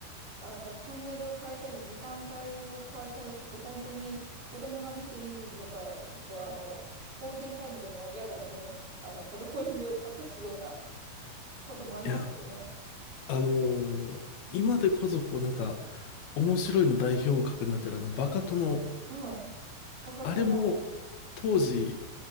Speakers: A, on the right; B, on the left.
A: あの、チャンネル変えたり、時間帯を変えたら、ちょっと本当に子供が見ていいのか、ちょっとあの、ゴールデンタイムでも親が目、あの、子供の目を隠すようなこともありましたよね。
B: いや、あのー今でこそ、こうなんか、面白いの代表格になってるあの、バカ殿、
A: うん。若殿、
B: あれも、当時、